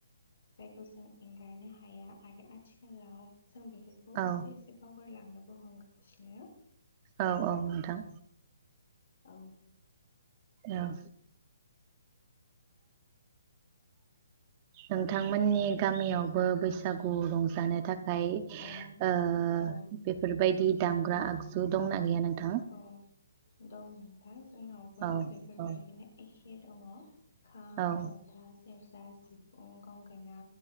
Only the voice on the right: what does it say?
औ
औ औ नोंथां
ओं नोंथांमोननि गामियावबो बैसागु रंजानो थाखाय ओमफ्राय
बेफोर बायदि दामग्रा आगजु दंना गैया नोंथां
औ
औ
औ